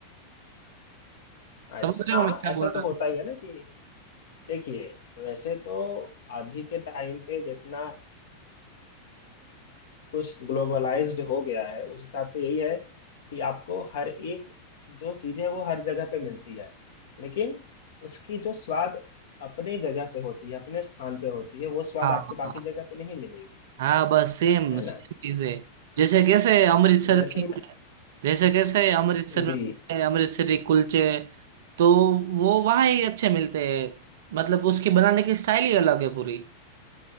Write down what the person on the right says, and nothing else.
समझ रहे हो
मैं क्या
बोल रहा
हूँ
हाँ
हाँ
हाँ, बस सेम
सेम
चीजें जैसे कैसे अमृतसर
की
जैसे कैसे अमृतसर में
अमृतसरी कुलचे तो वो वहाँ ही अच्छे मिलते हैं मतलब उसकी बनाने की स्टाइल ही अलग है पूरी